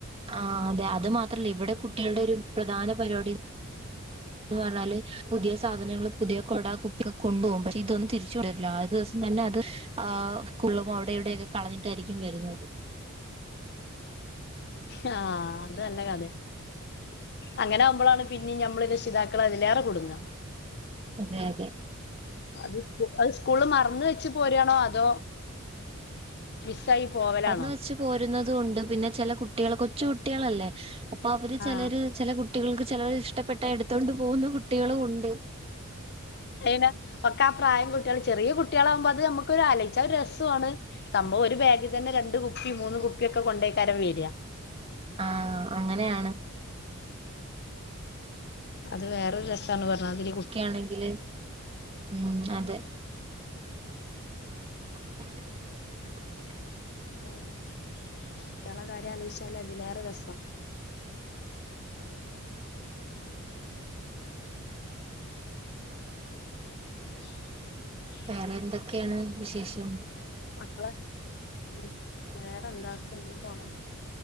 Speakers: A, on the right; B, on the left.
A: ആ അതെ അത് മാത്രല്ല ഇവിടെ കുട്ടികളുടെ ഒരു പ്രധാന പരിപാടി.
B: <inaudible>
A: ന്ന് പറഞ്ഞാല് പുതിയ സാധനങ്ങള് പുതിയ കൊട കുപ്പിക കൊണ്ടുപകും പക്ഷെ ഇതൊന്നും തിരിച്ചു വിടല്ല അത് ദിവസം തന്നെ അത് ആ സ്കൂളിലും അവിടെ ഇവിടെയൊക്കെ കളഞ്ഞിട്ടായിരിക്കും വരുന്നത്.
B: ആഹ അത് നല്ല കഥ. അങ്ങനെ ആകുമ്പോഴാണ് പിന്നീം നമ്മള് രക്ഷിതാക്കൾ അതിലേറെ കൊടുങ്ങാ.
A: അതെ അതെ
B: അത് സ്ക്കൂളിൽ അത് സ്കൂളിൽ മറന്ന് വെച്ച് പോരായാണോ അതോ മിസ്സായി പോവലാണോ?
A: മറന്ന് വെച്ച് പോരുന്നതും ഉണ്ട് പിന്നെ ചില കുട്ടികൾ കൊച്ച് കുട്ടികളല്ലേ അപ്പൊ അവര് ചില
B: ആഹ്
A: ചില കുട്ടികൾക്ക് കുട്ടികൾക്ക് ചിലർ ഇഷ്ടപ്പെട്ട എടുത്തുകൊണ്ട് പോകുന്ന കുട്ടികളും ഉണ്ട്.
B: ഏനാ ഒക്കെ ആ പ്രായം കുട്ടികൾ ചെറിയ കുട്ടികളാവകുമ്പോ അത് നമുക്ക് ഒരു ആലോച്ച ഒരു രസമാണ്. സംഭവം ഒരു ബാഗിൽ തന്നെ രണ്ടണ്ട് കുപ്പി മൂന്ന് കുപ്പിയ ഒക്കെ കൊണ്ടുയ്ക്കാരം വര.
A: ആ അങ്ങനെയാണ്.
B: അത് വേറെൊ രസന്ന് പറഞ്ഞതി.
A: ക്ക ആണെങ്കില് ഉ അതെ. <unintelligible>
B: കുട്ടികളെ കാര്യം വെച്ചാല് അതിലേറെ രസം. <unintelligible>
A: വേറെ എന്തൊക്കെയാണ് വിശേഷം.
B: മക്കളെ ഉ വേറെന്താക്ക ഇങ്ങെ പോണു.